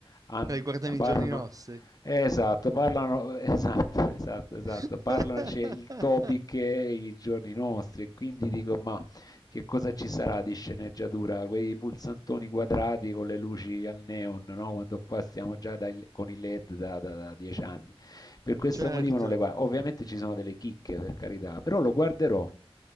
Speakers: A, on the left (about 40°); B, on the right (about 35°).
A: han-
B: Eh, guardano
A: parlano,
B: i giorni nostri.
A: eh, esatto, parlano, <laughs> esatto, esatto, esatto,
B: <laughs>
A: parlano, c'è il topic e i giorni nostri, e quindi dico, ma che cosa ci sarà di sceneggiatura? Quei pulsantoni quadrati con le luci al neon, no? Quando qua stiamo già dai- con i LED da, da- da dieci anni. Per questo
B: Certo,
A: motivo non le guardo. Ovviamente ci sono delle chicche, per carità, però lo guarderò.